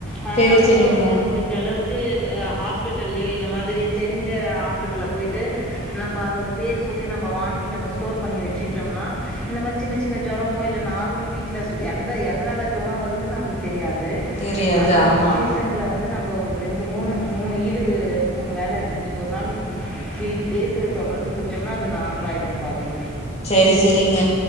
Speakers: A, in the centre; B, on the left.
A: அ
B: செரி
A: நம்ப்ளு
B: செரிங்க
A: வந்து மு மடிஞ்சளவுக்கு க ஹாஸ்பிட்டல்லியோ இந்த மாதிரி தெரிஞ்ச ஹாஸ்பிட்ல்ல போய்ட்டு நம்ப அதோட பேரு சொல்லி நம்ப வாங்கி நம்ப ஸ்டோர் பண்ணி வெச்சுகிட்டோம்னா இந்த மாரி சின்ன சின்ன ஜொரமோ இல்ல நார்மல் வீட்ல எந்த எ எதனால ஜொரோ வருதுன் நம்ப்ளுக் தெரியாது
B: தெரியாது
A: அந்த
B: ஆமா
A: சீ சன்ல வந்து நம்ப ஒரு ரெண்டு மூணு மூணு ஈடு மூணு வேல இன்னிக்கொரு நாள் த்ரீ டேஸு தொடர்ந்து குட்ச்சோம்னா அது நார்மல் ஆயிடும்ப்பா அது
B: செரி செரிங்க